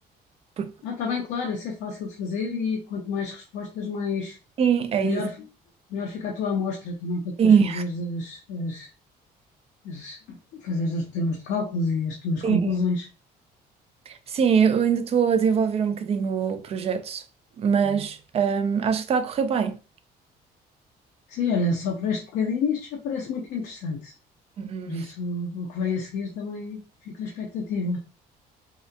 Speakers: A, on the right; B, on the left.
A: Porque
B: Ah, está bem, claro, isso é fácil de fazer e quanto mais respostas, mais
A: sim, é
B: melhor,
A: isso.
B: melhor fica a tua amostra também para depois
A: Sim,
B: fazeres as, as, as- fazeres os teus cálculos e as tuas conclusões.
A: sim. Sim, eu ainda estou a desenvolver um bocadinho o projeto, mas hum, acho que está a correr bem.
B: Sim, olha, só por este bocadinho isto já parece muito interessante.
A: Uhum.
B: Por isso, o que vem a seguir também fico na expectativa.